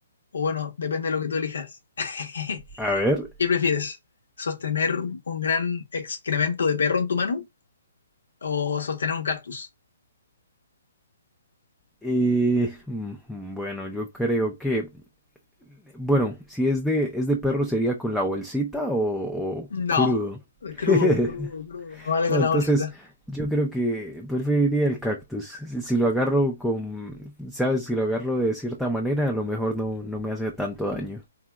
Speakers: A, on the left; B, in the centre.
A: O bueno, depende de lo que tú elijas. <laughs>
B: A ver,
A: ¿Qué prefieres? ¿Sostener un gran excremento de perro en tu mano o sostener un cactus?
B: eh, mm, bueno, yo creo que, bueno, si es de, es de perro sería con la bolsita o, o
A: No,
B: crudo.
A: crudo,
B: <laughs>
A: crudo, crudo, no vale con
B: No,
A: la
B: entonces
A: bolsita.
B: yo creo que preferiría el cactus. Si, si lo agarro con, sabes, si lo agarro de cierta manera, a lo mejor no, no me hace tanto daño.